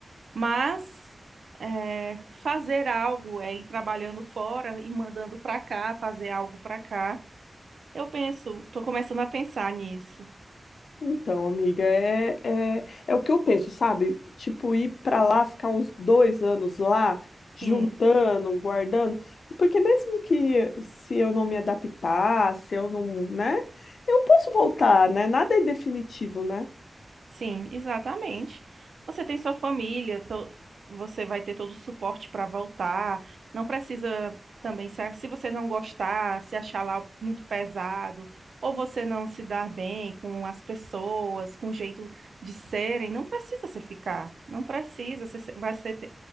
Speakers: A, on the right (about 85°); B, on the left (about 90°).
A: mas é, fazer algo é ir trabalhando fora e mandando para cá, fazer algo para cá. Eu penso, estou começando a pensar nisso.
B: Então, amiga, é, é, é o que eu penso, sabe? Tipo, ir pra lá, ficar uns dois anos lá,
A: Sim,
B: juntando, guardando, porque mesmo que se eu não me adaptar, se eu não, né, eu posso voltar, né? Nada é definitivo, né?
A: sim, exatamente. Você tem sua família, to- você vai ter todo o suporte para voltar. Não precisa também, se, a- se você não gostar, se achar lá muito pesado, ou você não se dar bem com as pessoas, com o jeito de serem, não precisa se ficar. Não precisa, você se- vai ser